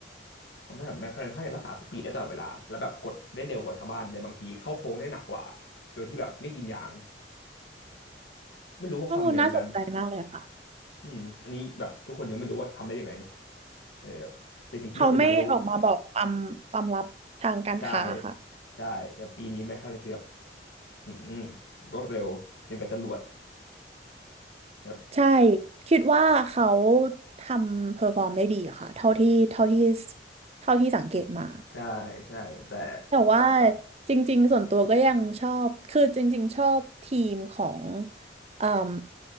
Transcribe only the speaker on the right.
ข้อมูลน่าสนใจมากเลยค่ะ
เขาไม่ออกมาบอกความความลับทางการค้าค่ะ
ใช่คิดว่าเขาทำเพอร์ฟอร์มได้ดีอะค่ะเท่าที่เท่าที่เท่าที่สังเกตมา
แต่ว่าจริงๆส่วนตัวก็ยังชอบคือจริงๆชอบทีมของเอ่ม